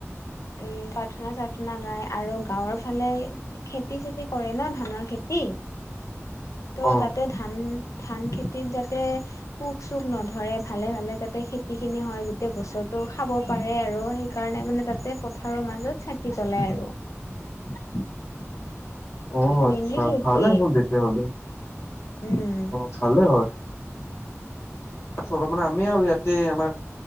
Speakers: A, on the left; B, on the left.
A: উম প্ৰাৰ্থনা চাৰ্থনা গাই আৰু গাঁৱৰ ফালে। খেতি চেতি কৰে ন ধানৰ খেতি ত'
B: অ
A: তাতে ধান। ধান -খেতিত যাতে পোক চোক নধৰে ভালে ভালে যাতে খেতি খিনি হয় গোটেই বছৰ। টো খাব পাৰে আৰু সেইকাৰণে মানে তাতে পথাৰৰ মাজত চাকি জ্বলাই আৰু। <unintelligible>
B: অঁ আচ্ছা
A: মেইনলি সেইটোৱে
B: ভালেহে তেতিয়া হ'লে।
A: উম
B: অ ভালে হয়। চল মানে আমি আৰু ইয়াতে আমাৰ।